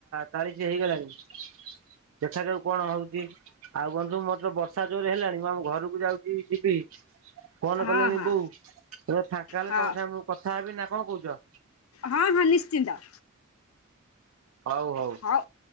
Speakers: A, on the right (about 65°); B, on the left (about 70°).
A: ଚାଳିଶି ହେଇଗଲାଣି। ସେଠାରେ ସବୁ କଣ ହଉଚି? ଆଉ ବନ୍ଧୁ ମୋର ତ ବର୍ଷା ଜୋରେ ହେଲାଣି ମୁଁ ଆମ ଘରକୁ ଯାଉଚି ଯିବି‌‌। ଫୋନ
B: ହଁ
A: କଲେଣି
B: ହଁ
A: ବୋଉ ଏବେ ଫାଙ୍କା ହେଲେ
B: ହଁ
A: ତମ ସାଙ୍ଗେ ମୁଁ କଥା ହେବି ନା କଣ କହୁଚ?
B: ହଁ-ହଁ ନିଶ୍ଚିନ୍ତ।
A: ହଉ-ହଉ
B: ହଉ